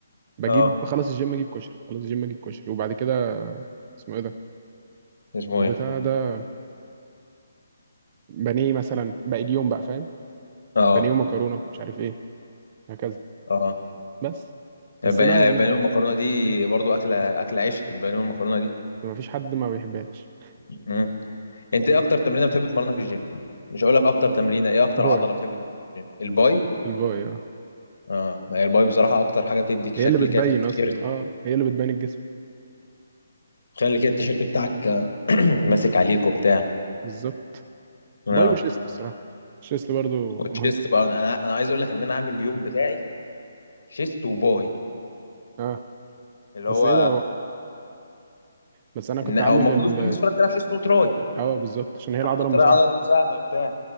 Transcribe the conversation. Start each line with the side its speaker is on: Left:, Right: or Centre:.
Right: بجيب
Left: اه
Right: خلاص الجيم اجيب كشري خلاص الجيم اجيب كشري وبعد كده اسمه ايه ده
Left: اسمه
Right: البتاع
Left: ايه
Right: ده بانيه مثلا باقي اليوم بقى فاهم
Left: اه
Right: بانيه ومكرونه مش عارف ايه هكذا
Left: اه
Right: بس بس
Left: الب- البانيه
Right: لا يعني
Left: والمكرونه دي برضو اكله اكله عشق البانيه والمكرونه دي
Right: ما فيش حد ما بيحبهاش
Left: مم. انت ايه اكتر تمرينه بتحب تمرنها في الجيم مش هقول لك اكتر تمرينه ايه اكتر
Right: باي
Left: عضله بتحب تمرنها في الجيم الباي
Right: الباي اه
Left: اه ما هي الباي بصراحه اكتر حاجه بتديك
Right: هي
Left: شكل
Right: اللي بتبين
Left: كده في التيشيرت
Right: اصلا اه هي اللي بتبين الجسم
Left: خلي كده التيشيرت بتاعك آه، <clears throat> ماسك عليك وبتاع
Right: بالظبط
Left: اه
Right: باي وشيست الصراحه الشيست برضو
Left: والشيست
Right: مهم
Left: بقى انا انا عايز اقول لك ان انا عامل اليوم بتاعي شيست وباي
Right: اه
Left: اللي
Right: بس
Left: هو
Right: ايه ده هو بس انا كنت
Left: إن-
Right: عامل
Left: هو المفروض
Right: ال
Left: كل الناس كلها بتلعب شيست وتراي
Right: اه بالظبط عشان هي العضله
Left: عشان التراي
Right: المساعده
Left: عضله مساعده وبتاع